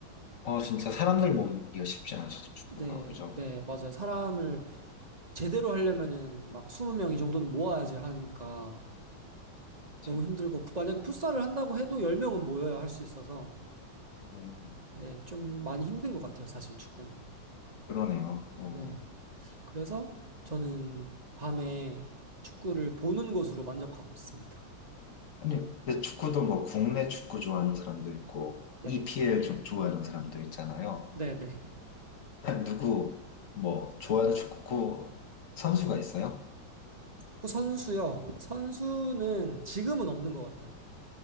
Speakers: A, on the left; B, on the right.
A: 어, 진짜 사람들 모으기가 쉽지 않죠. 축구가.
B: 네,
A: 그죠?
B: 네, 맞아요. 사람을 제대로 하려면은 막 20명 이 정도는 모아야지 하니까
A: 맞아요.
B: 너무 힘들고 만약에 풋살을 한다고 해도 10명은 모여야 할 수 있어서
A: 음,
B: 네, 좀 많이 힘든 것 같아요, 사실 축구는.
A: 그러네요. 어.
B: 네. 그래서 저는 밤에 축구를 보는 것으로 만족하고 있습니다.
A: 아니, 근데 축구도 뭐 국내 축구 좋아하는 사람도 있고
B: 네.
A: EPL 좀 좋아하는 사람도 있잖아요.
B: 네, 네.
A: 누구 뭐 좋아하는 축구 선수가 있어요?
B: 그 선수요. 선수는 지금은 없는 것 같아요.